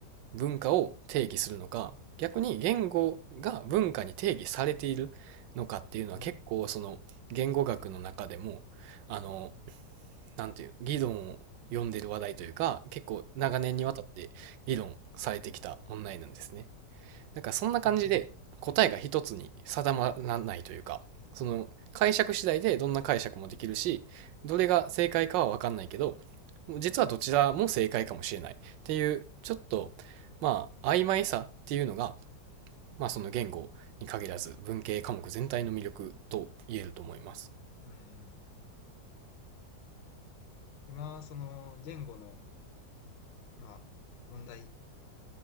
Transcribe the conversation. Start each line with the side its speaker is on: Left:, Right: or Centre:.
Right: 文化を定義するのか、逆に言語が文化に定義されているのかっていうのは結構その言語学の中でも、
Left: うん、
Right: あの、なんていう、議論を呼んでる話題というか、結構長年にわたって議論されてきた問題なんですね。
Left: はい、
Right: なんかそんな感じで答えが一つに定まらないというか、
Left: うん、
Right: その解釈次第でどんな解釈もできるし、どれが正解かはわかんないけど、実はどちらも正解かもしれないっていう、ちょっと、まあ、曖昧さっていうのが、まあその言語に限らず文系科目全体の魅力と言えると思います。
Left: うん。今、その言語の、まあ、問題